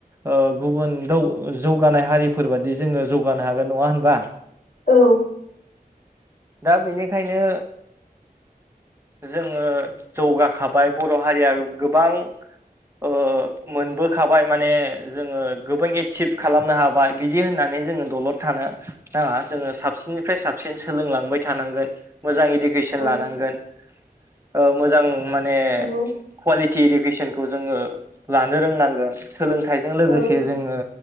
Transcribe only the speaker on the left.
औ।
औ
नंगौ
औ